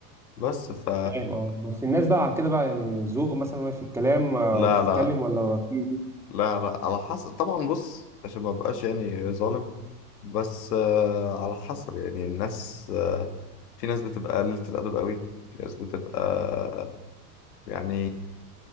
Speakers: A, on the left; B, in the centre.
A: بس ف
B: فاهم اه بس الناس بقى على كده بقى يعني ذوق مثلا وهي في الكلام آه،
A: لا
B: وبتتكلم
A: لا
B: ولا في
A: لا لا على حسب طبعا بص عشان ما بقاش يعني ظالم بس آه، على حسب يعني الناس في ناس بتبقى قليلة الأدب قوي في ناس بتبقى يعني